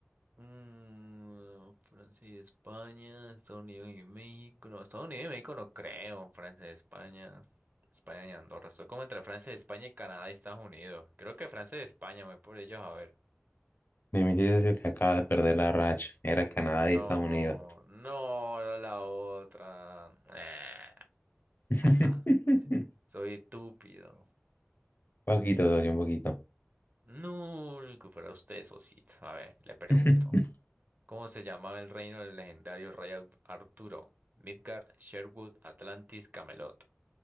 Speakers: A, on the right; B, on the left.
A: Mm, Francia y España, Estados Unidos y México. No, Estados Unidos y México no creo. Francia y España. España y Andorra. Estoy como entre Francia y España y Canadá y Estados Unidos. Creo que Francia y España, me voy por ellos a ver.
B: Me mentira yo que acaba de perder la racha. Era Canadá
A: No,
B: y Estados Unidos.
A: no, era la otra. Ah,
B: <laughs>
A: ajá, soy estúpido.
B: Poquito, socio, un poquito.
A: No, que fuera usted, socito. A ver, le pregunto.
B: <laughs>
A: ¿Cómo se llamaba el reino del legendario rey Ab- Arturo? Midgard, Sherwood, Atlantis, Camelot.